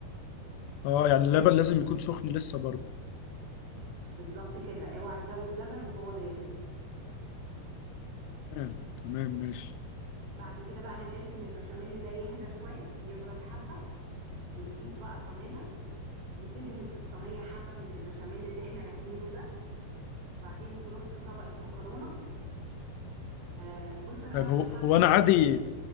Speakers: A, on the left (about 90°); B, on the right (about 75°).
A: اه يعني اللبن لازم يكون سخن لسه برضه
B: بالظبط كده اوعى تزود لبن وهو بارد
A: تمام تمام ماشي
B: بعد كده بقى هنركن البشاميل ده يهدى شوية يبرد حبة وتجيب بقى صينية وتدهن في الصينية حبة من البشاميل اللي احنا راكنينه ده وبعدين ترص طبقة مكرونة آه بص انا
A: طيب
B: بعمل
A: هو
B: حركة
A: هو انا عادي